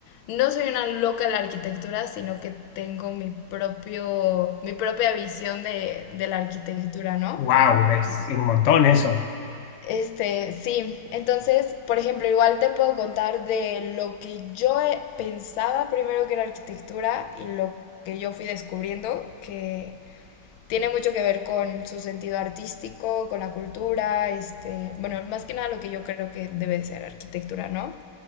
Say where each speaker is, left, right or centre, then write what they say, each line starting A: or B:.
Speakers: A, on the left (about 85°); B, on the left (about 70°).
A: no soy una loca de la arquitectura, sino que tengo mi propio, mi propia visión de, de la arquitectura, ¿no?
B: Wow, es un montón eso.
A: Este, sí, entonces, por ejemplo, igual te puedo contar de lo que yo eh, pensaba primero que era arquitectura y lo que yo fui descubriendo, que tiene mucho que ver con su sentido artístico, con la cultura, este, bueno, más que nada lo que yo creo que debe de ser arquitectura, ¿no?